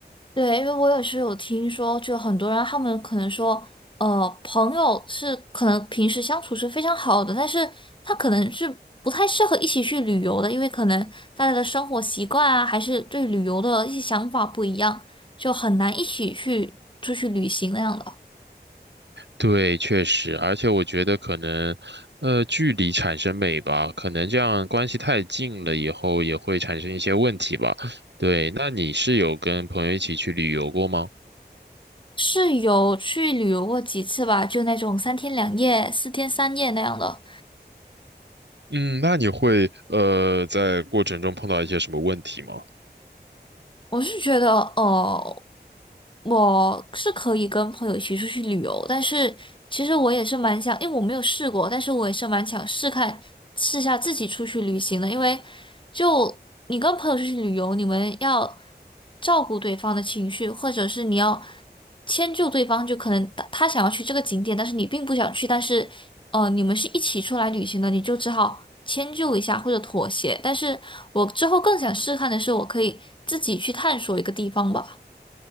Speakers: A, on the left (about 30°); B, on the right (about 85°).
A: 对，因为我也是有听说，就很多人他们可能说，呃，朋友是可能平时相处是非常好的，但是他可能是不太适合一起去旅游的，因为可能大家的生活习惯啊，还是对旅游的一些想法不一样，就很难一起去出去旅行那样的。
B: 对，确实，而且我觉得可能，呃，距离产生美吧，可能这样关系太近了以后也会产生一些问题吧。对，那你是有跟朋友一起去旅游过吗？
A: 是有去旅游过几次吧，就那种三天两夜、四天三夜那样的。
B: 嗯，那你会呃在过程中碰到一些什么问题吗？
A: 我是觉得，哦，我是可以跟朋友一起出去旅游，但是其实我也是蛮想，因为我没有试过，但是我也是蛮想试看试下自己出去旅行的，因为就你跟朋友出去旅游，你们要照顾对方的情绪，或者是你要迁就对方，就可能他他想要去这个景点，但是你并不想去，但是呃，你们是一起出来旅行的，你就只好迁就一下或者妥协。但是我之后更想试看的是，我可以自己去探索一个地方吧。